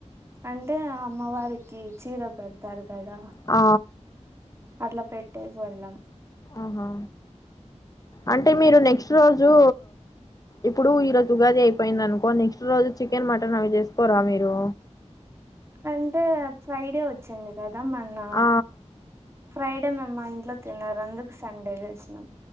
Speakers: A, on the right; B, on the left.
A: అంటే ఆ అమ్మవారికి చీర పెడతారు కదా
B: ఆ
A: అట్లా పెట్టేకి వెళ్ళం
B: ఆహా అంటే మీరు నెక్స్ట్ రోజు ఇప్పుడు ఈ రోజు ఉగాది అయిపోయింది అనుకో నెక్స్ట్ రోజు చికెన్ మటన్ అవి చేసుకోరా మీరు
A: అంటే ఫ్రైడే వచ్చింది కదా మొన్న
B: ఆ
A: ఫ్రైడే మేమ్ మా ఇంట్లో తిన్నారు అందుకు సండే చేసినాం